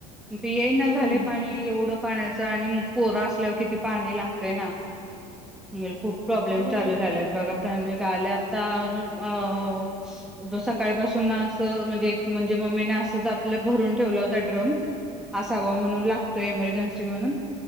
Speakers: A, in the centre; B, on the left.
A: येई ना
B: हम्म
A: झाले पाणी एवढं. पाण्या चं आणि पोर असल्यावर, किती पाणी लागतयं ना. म्हणून खूप प्रॉब्लेम
B: हो
A: चालू
B: बरोबर
A: झालेत बघा प्राण्य आले आता अ सकाळपासून ना असं म्हणजे, मम्मी नी असचं आपलं भरून ठेवला होता ड्रम, असावा म्हणून लागतोय इमेरजेन्सी ला. म्हणून?